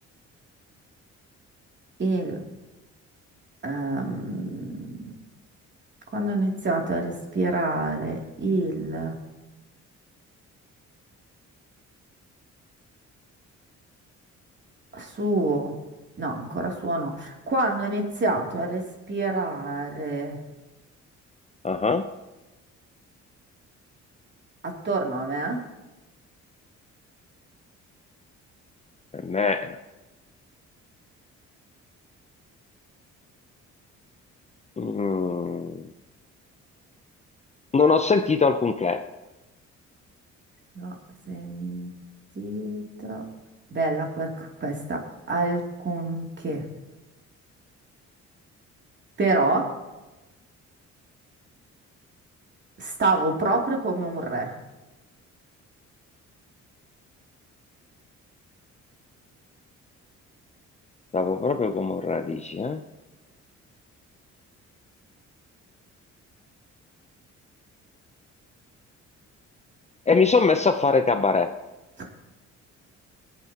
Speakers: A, on the right; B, on the left.
A: il... ehm, quando ho iniziato a respirare il suo... No, ancora suo no. Quando ho iniziato a respirare
B: Ah, ah.
A: attorno a me,
B: Per me, mm, non ho sentito alcunché,
A: l'ho sentito... Bella per questa, alcunché. Però stavo proprio come un re.
B: stavo proprio come un radici, eh? E mi sono messo a fare cabaret.
A: Sì.